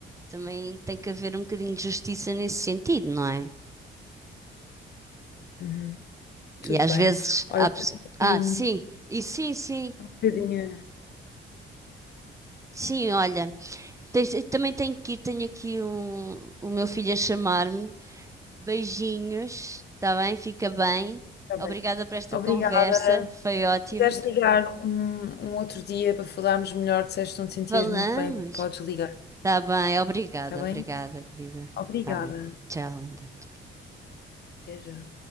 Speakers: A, on the right; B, on the left.
A: também tem que haver um bocadinho de justiça nesse sentido, não é?
B: Uhum. Tudo
A: E às
B: bem.
A: vezes
B: Olha,
A: há pessoas.
B: tenho
A: Ah,
B: aqui um
A: sim, e sim, sim.
B: bocadinho.
A: Sim, olha, tens- eu também tenho que ir, tenho aqui um, o meu filho a chamar-me. Beijinhos, está bem? Fica bem.
B: Está
A: Obrigada
B: bem.
A: por esta
B: Obrigada.
A: conversa, foi ótimo.
B: Se quiseres ligar um, um outro dia para falarmos melhor, se não te sentias
A: Falamos.
B: muito bem, podes ligar.
A: Está bem, obrigada,
B: Está bem?
A: obrigada, querida.
B: Obrigada.
A: Está bem. Tchau, linda. Tchau.
B: Até já.